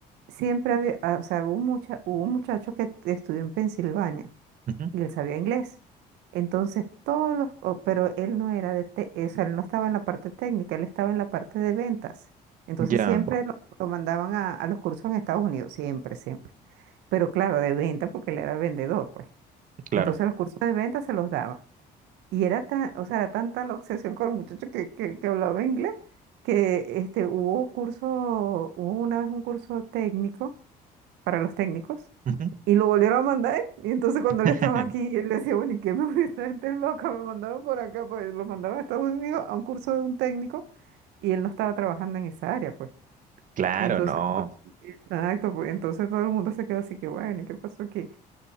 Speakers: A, on the right (about 85°); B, on the right (about 50°).
A: siempre había, ah, o sea, hubo, mucha, hubo un muchacho que estudió en Pensilvania
B: Ujú.
A: y él sabía inglés. Entonces todos los, o- pero él no era de, te- o sea, él no estaba en la parte técnica, él estaba en la parte de ventas. Entonces
B: Ya,
A: siempre lo, lo mandaban a, a los cursos en Estados Unidos, siempre, siempre. Pero claro, de venta porque él era vendedor, pues.
B: claro.
A: Entonces los cursos de venta se los daban. Y era tan, o sea, era tanta la obsesión con el muchacho que, que, que hablaba inglés que este, hubo curso, hubo una vez un curso técnico para los técnicos
B: Ujú.
A: y lo volvieron a mandar. Y entonces cuando
B: <laughs>
A: él estaba aquí, él decía, bueno, ¿y qué me <laughs> esta gente es loca? Me mandaron por acá, pues lo mandaron a Estados Unidos a un curso de un técnico y él no estaba trabajando en esa área, pues.
B: Claro,
A: Entonces,
B: no.
A: exacto, pues entonces todo el mundo se quedó así que, bueno, ¿y qué pasó aquí?